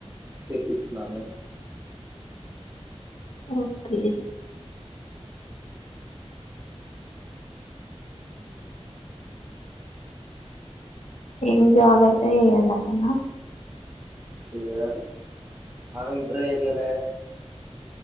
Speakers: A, on the right; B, on the left.
A: తెప్పించుకున్నాము
B: ఓకే ఏం జాబ్ అయితే చేయాదాటన
A: చెయ్యదట ఆమె ఇంటర్ యే యెలాలే